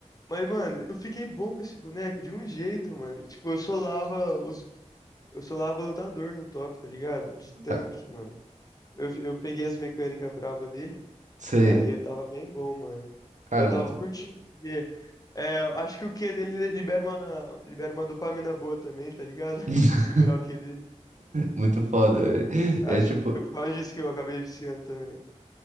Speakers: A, on the left; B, on the right.
A: Mas, mano, eu fiquei bom com esse boneco de um jeito, mano. Tipo, eu solava os, eu solava lutador no top, tá ligado? De tanque,
B: ah,
A: mano. Eu, eu peguei as mecânicas braba dele,
B: sei.
A: aí eu tava bem bom, mano.
B: Cara,
A: Eu tava
B: muito,
A: curtindo, porque é, acho que o Q dele libera uma, libera uma dopamina boa também, tá ligado? <laughs>
B: <laughs>
A: Segurar o Q dele.
B: muito foda, velho.
A: Acho
B: É tipo.
A: que foi por causa disso que eu acabei viciando também.